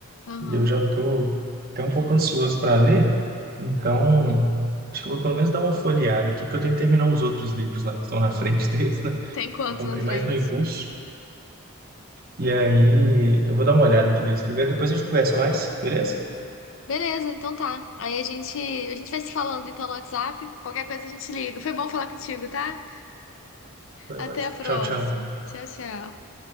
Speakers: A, on the left (about 60°); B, on the right (about 45°).
A: Aham.
B: E eu já estou até um pouco ansioso para ler, então acho que eu vou pelo menos dar uma folheada aqui, porque eu tenho que terminar uns outros livros lá que estão na frente <laughs> deles, né?
A: Tem quanto
B: Eu comprei
A: na frente?
B: mais no Impulso, e aí eu vou dar uma olhada aqui neles primeiro, depois a gente conversa mais, beleza?
A: Beleza, então tá. Aí a gente, a gente vai se falando então no WhatsApp. Qualquer coisa a gente liga. Foi bom falar contigo, tá?
B: Foi
A: Até
B: ótimo.
A: a próxima.
B: Tchau, tchau.
A: Tchau, tchau.